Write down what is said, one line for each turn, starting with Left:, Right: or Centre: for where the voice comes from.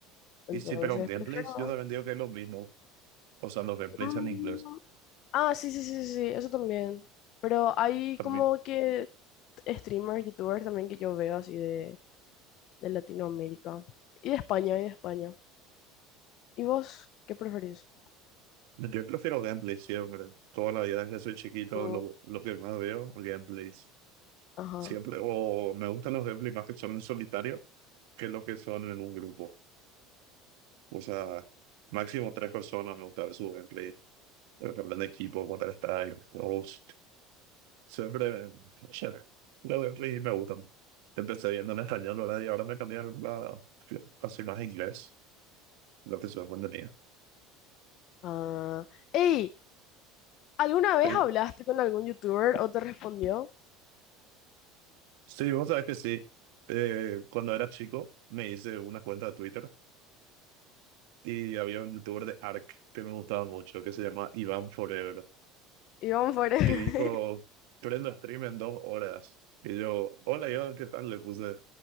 Left: Entonces,
Right: Y sí, pero en gameplays
Left: prefiero...
Right: yo también digo que es lo mismo. O sea, los gameplays
Left: mm,
Right: en inglés.
Left: ah, sí, sí, sí, sí, sí, eso también. Pero hay
Right: A
Left: como
Right: mí,
Left: que streamers, youtubers también que yo veo así de, de Latinoamérica. Y de España, y de España. ¿Y vos qué preferís?
Right: yo prefiero gameplays siempre. Toda la vida desde soy chiquito,
Left: Mm,
Right: lo, lo que más veo, gameplays.
Left: ajá.
Right: Siempre. O me gustan los gameplays más que son en solitario que los que son en un grupo. O sea, máximo tres personas me gusta ver su gameplay. Pero que hablan de equipo, Counter-Strike, Ghost. Siempre, siempre. Los gameplays me gustan. Empecé viendo en español, ¿verdad? Y ahora me cambié a, a, a, a, a inglés. lo que su cuando tenía.
Left: Ah. ¡Ey! ¿Alguna
Right: Sí,
Left: vez hablaste con algún youtuber o te respondió?
Right: sí, vos sabés que sí. Eh, cuando era chico me hice una cuenta de Twitter y había un youtuber de ARK que me gustaba mucho, que se llama Iván Forever,
Left: Iván Forever.
Right: que dijo,
Left: <laughs>
Right: prendo stream en dos horas. Y yo, hola Iván, ¿qué tal? Le puse.